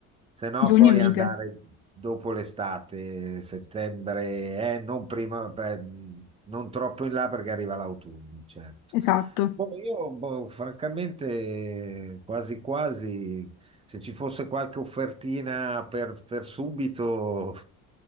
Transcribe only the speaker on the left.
giugno
è mite.
Esatto.